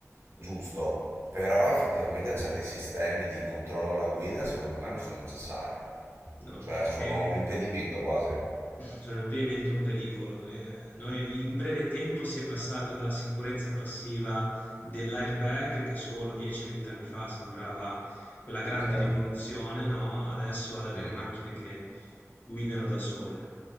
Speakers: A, on the right; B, on the left.
A: giusto, però effettivamente certi sistemi di controllo alla guida, secondo me non sono necessari,
B: No,
A: cioè sono
B: eh,
A: un impedimento quasi.
B: sono ampiamente un pericolo. Eh, noi in breve tempo si è passata dalla sicurezza passiva dell'airbag, che solo 10-20 anni fa sembrava quella grande
A: Certo.
B: rivoluzione, no? Adesso ad avere
A: Mm.
B: macchine che guidano da sole.